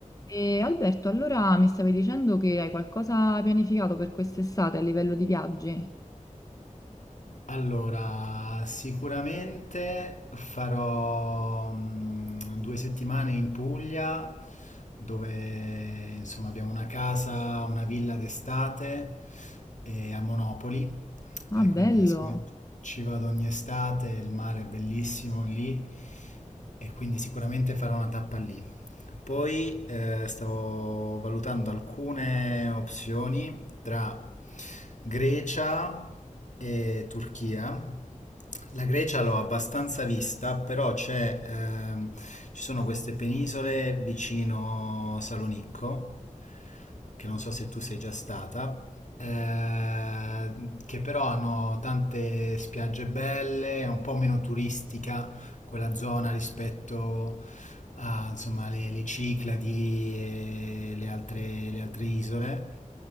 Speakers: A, on the left; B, on the left.
A: E Alberto, allora mi stavi dicendo che hai qualcosa pianificato per quest'estate a livello di viaggi?
B: Allora, sicuramente farò mm, due settimane in Puglia, dove insomma abbiamo una casa, una villa d'estate eh, a Monopoli,
A: Ah,
B: e
A: bello!
B: quindi siccome ci vado ogni estate, il mare è bellissimo lì, e quindi sicuramente farò una tappa lì. Poi eh, stavo valutando alcune opzioni tra Grecia e Turchia. La Grecia l'ho abbastanza vista, però c'è, ehm, ci sono queste penisole vicino Salonicco, che non so se tu sei già stata, eh, che però hanno tante spiagge belle, è un po' meno turistica quella zona rispetto a, insomma, le, le Cicladi e le altre, le altre isole.